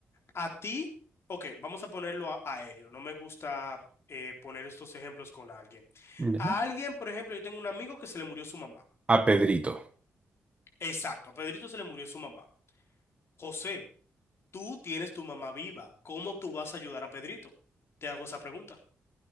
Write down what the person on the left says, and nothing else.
a ti, ok, vamos a ponerlo a- aéreo. No me gusta eh, poner estos ejemplos con alguien.
A alguien, por ejemplo, yo tengo un amigo que se le murió su mamá.
Exacto, a Pedrito se le murió su mamá. José, tú tienes tu mamá viva. ¿Cómo tú vas a ayudar a Pedrito? Te hago esa pregunta.